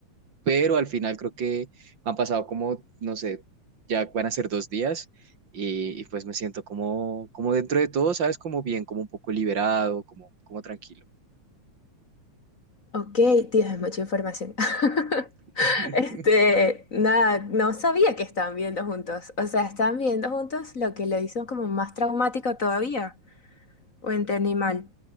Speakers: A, on the right; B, on the left.
A: pero al final creo que han pasado como, no sé, ya van a ser dos días y, y pues me siento como, como dentro de todo, ¿sabes? Como bien, como un poco liberado, como, como tranquilo.
B: ok, Dios, es mucha información. <laughs>
A: <laughs>
B: Este, nada, no sabía que estaban viendo juntos. O sea, estaban viendo juntos lo que lo hizo como más traumático todavía. O entendí mal.